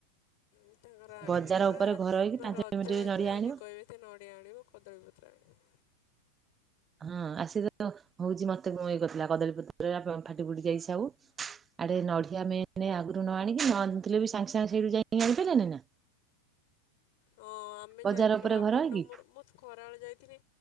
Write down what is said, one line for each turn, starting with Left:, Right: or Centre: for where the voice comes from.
Left: ଉଁ ତାଙ୍କର ଆଣିବେନି
Right: ବଜାର
Left: ପା
Right: ଉପରେ
Left: ନା
Right: ଘର ହେଇକି ପାଞ୍ଚ
Left: ରଜ
Right: ମିନିଟ
Left: ଆଜି
Right: ନଡିଆ
Left: ଆଜି
Right: ଆଣିବ
Left: କହିବେ। ତେ ନଡ଼ିଆ ଆଣିବ କଦଳୀପତ୍ର ଆଣିବ।
Right: ହଁ ଆସି ତେ ହଉଛି ମତେ ଇଏ କରିଥିଲା କଦଳୀପତ୍ର ଫାଟି ଫୁଟି ଯାଇଛି ଆଉ। ଆଡ଼େ ନଡ଼ିିଆ ମେନ ଆଗରୁ ନ ଆଣିକି ନ ଆଣିଥିଲେ ବି ସାଙ୍ଗେ ସାଙ୍ଗେ ସେଇଠୁ ଯାଇକି ଆଣିପାରିଲେନି ନା।
Left: ହଁ ଆମେ
Right: ବଜାର
Left: ଯାଇଥିଲୁ
Right: ଉପରେ
Left: ବାବୁନିର
Right: ଘର ହେଇକି
Left: ମୋର ମୁଁ ଖରାବେେଳେ ଯାଇଥିଲି